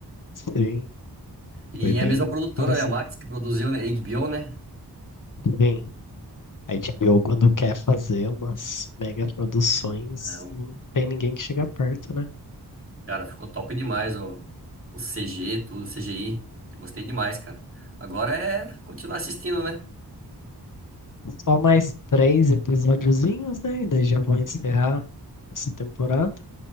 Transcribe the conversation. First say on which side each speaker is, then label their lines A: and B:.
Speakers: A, on the left (about 50°); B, on the right (about 35°).
A: Sim,
B: E
A: foi bem
B: é a mesma produtora,
A: parecido.
B: né? A Max, que produziu, né? HBO, né?
A: Bem, a HBO quando quer fazer umas mega produções,
B: É um
A: não tem ninguém que chega perto, né?
B: Cara, ficou top demais o, o CG, tudo, CGI. Gostei demais, cara. Agora é continuar assistindo, né?
A: Só mais três episódiozinhos, né? E daí já vão encerrar essa temporada.